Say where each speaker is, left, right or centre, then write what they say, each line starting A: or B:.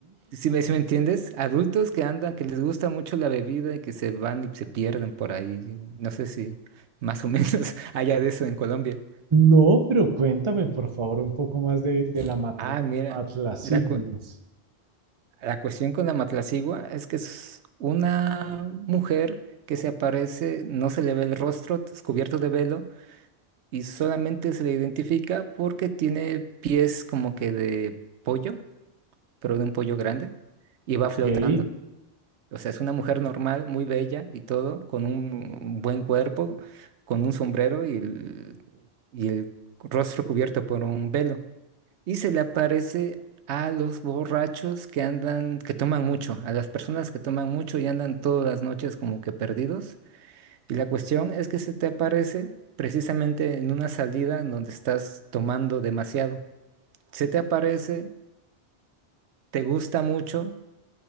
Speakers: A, on the right (about 80°); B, on the right (about 30°).
A: Si me, si me entiendes, adultos que andan, que les gusta mucho la bebida y que se van y se pierden por ahí. No sé si más o <laughs> menos haya de eso en Colombia.
B: No, pero cuéntame, por favor, un poco más de, de la matla,
A: Ah, mira,
B: matlasiglos.
A: la, cu- la cuestión con la matlacigua es que es una mujer que se aparece, no se le ve el rostro, es cubierto de velo y solamente se le identifica porque tiene pies como que de pollo, pero de un pollo grande y va
B: Ok.
A: flotando. O sea, es una mujer normal, muy bella y todo, con un buen cuerpo, con un sombrero y el, y el rostro cubierto por un velo. Y se le aparece a los borrachos que andan, que toman mucho, a las personas que toman mucho y andan todas las noches como que perdidos. Y la cuestión es que se te aparece precisamente en una salida donde estás tomando demasiado. Se te aparece, te gusta mucho